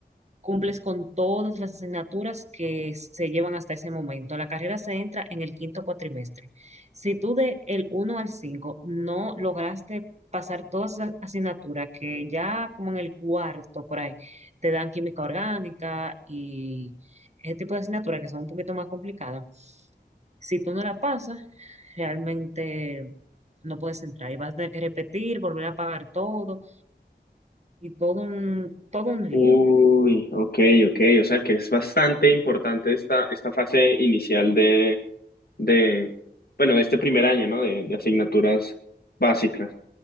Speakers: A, on the right; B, on the left.
A: cumples con todas las asignaturas que se llevan hasta ese momento. La carrera se entra en el quinto cuatrimestre. Si tú de el uno al 5 no lograste pasar todas las asignaturas que ya como en el cuarto por ahí te dan química orgánica y ese tipo de asignaturas que son un poquito más complicadas, si tú no la pasas, realmente no puedes entrar y vas a tener que repetir, volver a pagar todo y todo un, todo un lío.
B: Uy, ok, ok, o sea que es bastante importante esta, esta fase inicial de, de, bueno, de este primer año, ¿no? De, de asignaturas básicas.